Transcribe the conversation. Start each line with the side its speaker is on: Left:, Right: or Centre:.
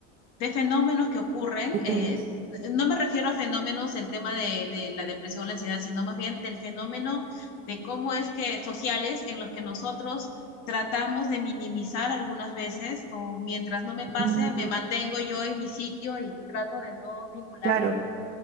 Left: de fenómenos que ocurren,
Right: de temas.
Left: eh, no me refiero a fenómenos del tema de, de la depresión, la ansiedad, sino más bien del fenómeno de cómo es que sociales en los que nosotros tratamos de minimizar algunas veces o mientras no me pase,
Right: Mm,
Left: me mantengo yo en mi sitio y trato de no vincularme,
Right: claro.